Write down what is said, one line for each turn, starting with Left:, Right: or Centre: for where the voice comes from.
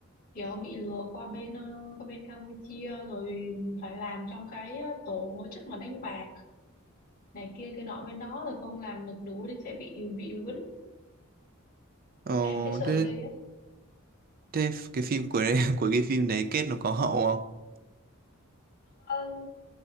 Left: kiểu bị lừa qua bên ờ, qua bên Campuchia rồi phải làm trong cái ờ, tổ chức mà đánh bạc này kia cái nọ bên đó rồi không làm được đủ thì sẽ bị bị quýnh
Right: Ờ,
Left: em thấy sợ
Right: thế,
Left: ghê
Right: thế cái phim của đấy, <laughs> của cái phim đấy kết nó có hậu không?
Left: Ờ,